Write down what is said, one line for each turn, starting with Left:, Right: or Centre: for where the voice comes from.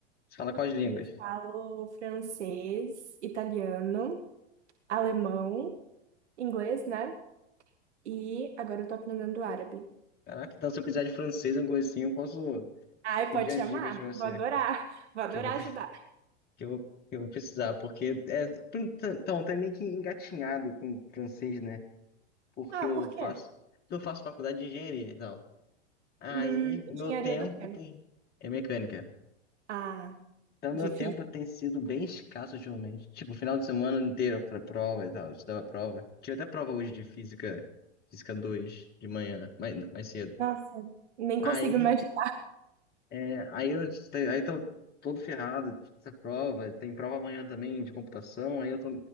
Left: você fala quais línguas?
Right: Eu falo francês, italiano, alemão, inglês, né? E agora eu tô aprendendo árabe.
Left: Caraca, então se eu precisar de francês, alguma coisa assim, eu posso
Right: Ai,
Left: pedir
Right: pode
Left: as
Right: chamar?
Left: dicas pra você
Right: Vou adorar. Vou adorar
Left: que eu vou,
Right: ajudar.
Left: que eu, vou- que eu vou precisar, porque é, então, tá meio que engatinhado com francês, né? Porque
Right: Ah,
Left: eu
Right: por quê?
Left: faço, eu faço faculdade de engenharia e tal. Aí
Right: Hum,
Left: o
Right: engenharia
Left: meu tempo
Right: do quê?
Left: tem é mecânica.
Right: Ah,
Left: Então
Right: difícil.
Left: meu tempo tem sido bem escasso ultimamente. Tipo, final de semana inteiro pra prova e tal, eu estudava prova. Tinha até prova hoje de física, física 2 de manhã, mais, mais cedo.
Right: Nossa, nem
Left: Aí
Right: consigo imaginar.
Left: É, Aí eu aí tô todo ferrado, essa prova, tem prova amanhã também de computação, aí eu tô.